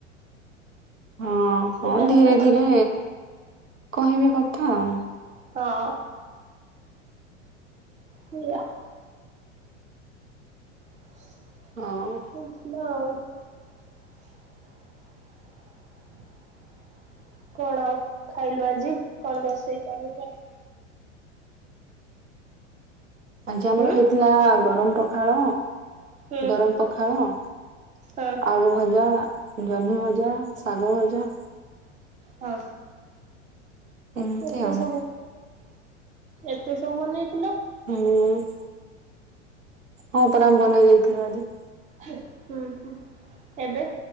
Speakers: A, on the right (about 85°); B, on the right (about 20°).
A: ହଁ
B: ସେଇଟା
A: ହଁ ଧୀରେ
B: ହେଲା କଥା
A: ଧୀରେ କହିବେ କଥା ଆଉ।
B: ହଁ ସେଇଆ <unintelligible>
A: ହଁ
B: <unintelligible> କଣ ଆଉ ଖାଇଲୁ ଆଜି କଣ ରୋଷେଇ କଲୁ କଣ?
A: ଆଜି ଆମର
B: ହୁଁ
A: ହେଇଥିଲା ଗରମ ପଖାଳ
B: ହୁଁ
A: ଗରମ ପଖାଳ
B: ହଁ
A: ଆଳୁ ଭଜା, ଜହ୍ନି ଭଜା, ଶାଗ ଭଜା
B: ହଁ।
A: ଏମିତି
B: ଏତେ
A: ଆଉ।
B: ସବୁ ଏତେ ସବୁ ବନେଇଥିଲ?
A: ମୁଁ। ହଁ, ପରା ଆମେ ବନେଇ ଦେଇଥିଲୁ ଆଜି।
B: ହୁଁ, ହୁଁ। ଏବେ